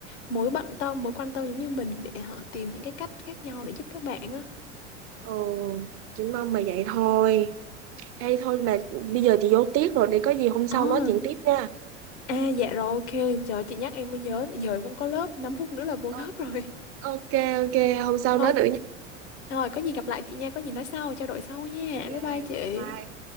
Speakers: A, on the left; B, on the right.
A: mối bận tâm, mối quan tâm giống như mình để họ tìm những cái cách khác nhau để giúp các bạn á.
B: ừ chị mong mà vậy thôi đây thôi mà bây giờ chị vô tiết rồi để có gì hôm sau
A: À,
B: nói chuyện tiếp nha
A: à dạ rồi ok Trời chị nhắc em mới nhớ Giờ em cũng có lớp 5 phút nữa là vô
B: Ờ,
A: lớp rồi <laughs>
B: ok ok hôm sau
A: Thôi
B: nói nữa
A: Thôi có gì gặp lại chị nha Có gì nói sau trao đổi sau nha
B: Ok,
A: Bye bye chị
B: bye bye.